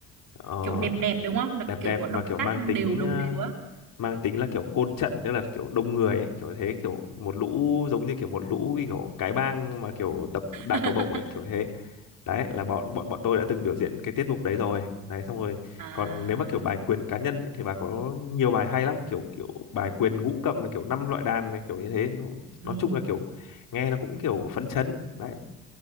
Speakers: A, on the left; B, on the right.
A: ờ,
B: Kiểu đẹp đẹp đúng không? Là
A: đẹp
B: kiểu
A: đẹp
B: có
A: và
B: động
A: kiểu
B: tác
A: mang
B: đều
A: tính
B: đồng
A: ờ,
B: đều á.
A: mang tính là kiểu côn trận tức là kiểu đông người ấy kiểu thế kiểu một lũ giống như kiểu một lũ như kiểu cái bang mà kiểu tập đả
B: <laughs>
A: cầu bổng ấy kiểu thế đấy là bọn bọn bọn tôi đã từng biểu diễn cái tiết mục đấy rồi đấy xong rồi
B: À,
A: còn nếu mà kiểu bài quyền cá nhân ấy, thì bà có nhiều bài hay lắm kiểu kiểu bài quyền ngũ cầm là kiểu năm loại đàn này kiểu như thế nó,
B: ừ.
A: nói chung là kiểu nghe nó cũng kiểu phấn chấn đấy